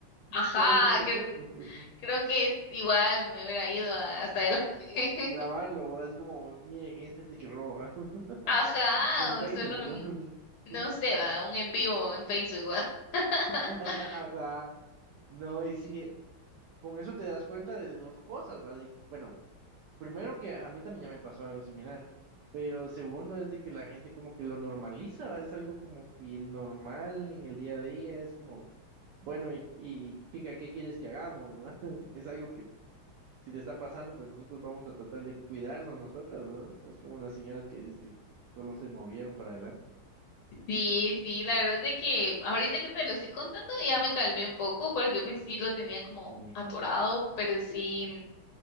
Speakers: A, on the left; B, on the right.
A: ajá,
B: ¿qué hubieras hecho
A: cre-
B: tú? <laughs>
A: creo que igual me hubiera ido a- hasta adelante.
B: Grabarlo, así como, miren, este es el que roba, <laughs>
A: <laughs> Ajá,
B: en Facebook,
A: o solo, un-
B: ¿no?
A: no
B: <laughs>
A: sé, va, un en vivo en Facebook, va. <laughs>
B: Ajá. No, y sí, Con eso te das cuenta de dos cosas, ¿va? De, bueno, primero que a mí también ya me pasó algo similar, pero segundo es de que la gente como que lo normaliza, ¿va? Es algo como que normal en el día a día, es como, bueno, ¿y, y chica, qué quieres que hagamos, ¿va? <laughs> Es algo que si te está pasando, pues nosotros vamos a tratar de cuidarnos nosotras, ¿no? Es como las señoras que dices que solo se movieron para adelante.
A: Sí, sí, la verdad es de que ahorita que te lo estoy contando ya me calmé un poco, porque pues sí lo tenía como
B: Sí,
A: atorado, pero sí.